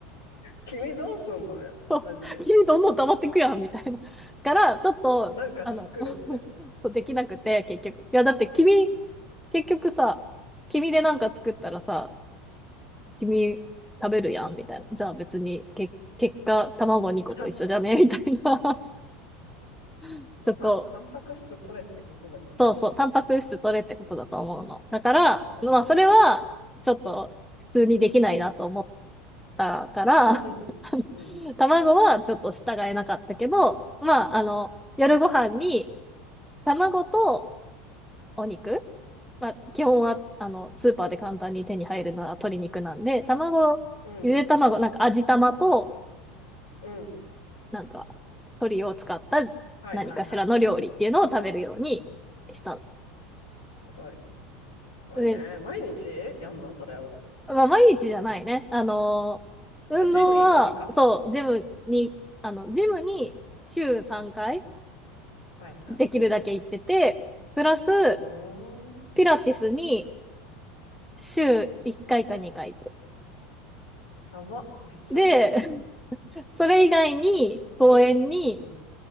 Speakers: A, on the left; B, in the centre.
A: 君どうすんのよ。マジで。
B: <laughs> えどんどん溜まってくやん、みたいな。<laughs> から、ちょっと、
A: なんか作れって。
B: あの、<laughs> そうできなくて、結局。いや、だって君、結局さ、君でなんか作ったらさ、君食べるやん、みたいな。じゃあ別に、け、結果、卵2個と一緒じゃねみたいな。
A: <laughs>
B: <laughs> ちょっと、
A: たん、タンパク質取れってことが言いたいんでしょ
B: そうそう、タンパク質取れってことだと思うの。だから、
A: うん。
B: まあ、それは、ちょっと、普通にできないなと思ったから、
A: <laughs>
B: <laughs>
A: うん。
B: 卵はちょっと従えなかったけど、まあ、あの、夜ご飯に、卵とお肉、まあ、基本は、あの、スーパーで簡単に手に入るのは鶏肉なんで、卵、
A: うん。
B: ゆで卵、なんか味玉と、
A: うん。
B: なんか、鶏を使った
A: はいはいはい。
B: 何かしらの料理っていうのを食べるようにした。
A: すごい。すごいね。
B: で、
A: 毎日やんのそれを。
B: まあ、毎日じゃないね。あのー、
A: あ、
B: 運動は、
A: ジム行く日か。
B: そう、ジムに、あの、ジムに週3回
A: はいはい。
B: できるだけ行ってて、プラス、
A: うーん。
B: ピラティスに週1回か2回行く。
A: やば。めっちゃ運動してるやん。
B: で、<laughs> それ以外に公園に、
A: すごい。うん。